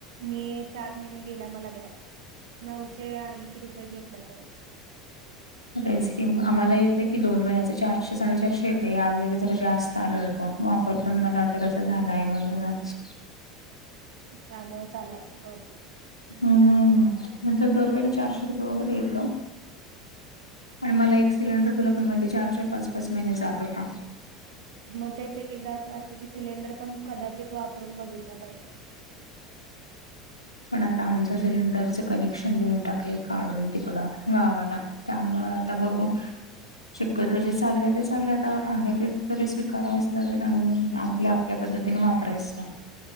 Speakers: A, on the right (about 65°); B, on the left (about 90°).
A: मी चार महिने गेला मला गॅस नऊशे ऐंशी रुपये घेतला त्यांनी <inaudible>
B: तेच कि आम्हाला येते की दोन महिन्याचे चारशे साडेचारशे येते या वेळेला जरा जास्त आलोय का वापर पण मला तस झालाय म्हणूनच
A: त्यामुळे चाला असेल ब
B: हम्म म दोर वेला चारशे रुपये वगैरे येतो आणि मला एक सिलेंडर खुला पण माहिती चार चार पाच पाच महिने जात होता
A: मग तेच एक एकदा असं वाटत की सिलेंडर पण कदाचित वापरून बघितलं पाहिजे <inaudible>
B: पण आता आमच सिलेंडरच कनेक्शन देऊन टाकलेय काढून तिकडं गावाला त्यामुळे आता बघू शक्यत जे चालल्या ते चालल्या आहे तेच तरी स्वीकारावच लागेल आणि आपल्या पद्धतीने वापरायचं